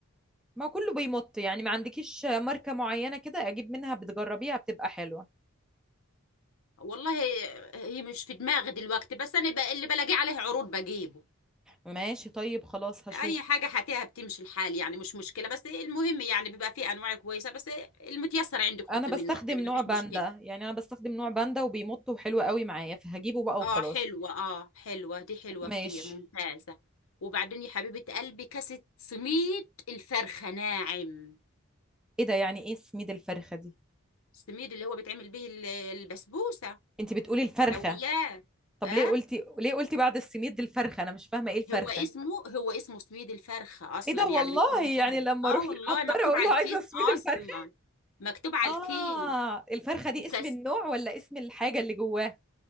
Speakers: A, in the centre; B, on the left.
A: ما كله بيمط يعني ما عندكيش ماركة معينة كده اجيب منها بتجربيها بتبقى حلوة
B: والله هي مش في دماغي دلوقتي بس انا ب- اللي بلاقيه عليه عروض بجيبه
A: ماشي طيب خلاص هشوف
B: اي حاجه هاتيها بتمشي الحال يعني مش مشكله بس المهم يعني بيبقى فيه انواع كويسه بس المتيسر عندك حطي
A: انا بستخدم
B: منه عادي
A: نوع
B: ما فيش
A: باندا
B: مشكله
A: يعني انا بستخدم نوع باندا وبيمط وحلو قوي معايا فهجيبه بقى
B: اه
A: وخلاص
B: حلوه اه حلوه دي حلوه
A: ماشي
B: كتير ممتازه وبعدين يا حبيبه قلبي كاسه سميد الفرخه ناعم
A: ايه ده يعني ايه سميد الفرخة دي
B: السميد اللي هو بيتعمل به ال- البسبوسه
A: انت بتقولي الفرخة
B: حلويات
A: طب
B: اه
A: ليه قلتي ليه قلتي بعد السميد الفرخة انا مش فاهمة ايه الفرخة
B: هو اسمه هو اسمه سويد الفرخة أصلا
A: ايه ده
B: يعني
A: والله
B: بيكون
A: يعني
B: ناعم
A: لما
B: اه
A: اروح
B: والله
A: للعطار
B: مكتوب
A: اقول
B: على
A: له
B: الكيس
A: عايزة سميد الفرخة
B: أصلا مكتوب على
A: آه
B: الكيس
A: الفرخة دي
B: وكاس
A: اسم النوع ولا اسم الحاجة اللي جواه